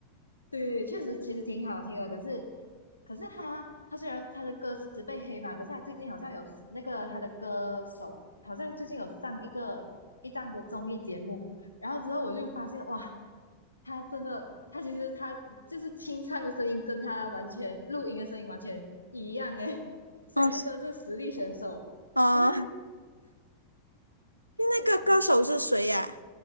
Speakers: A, on the left; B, on the right.
A: 对对确实其实挺好听的，可是可是他他虽然他的歌词被黑嘛，可是他最近好像有那个他的歌手好像最近有上一个一档的综艺节目，然后之后我就发现哇，他真的他其实他就是清唱的声音跟他完全录音的声音完全一样诶，<laughs> 所以就真的是实力选手，
B: 哦，是哦，
A: 对
B: 那个歌手是谁呀、
A: 对，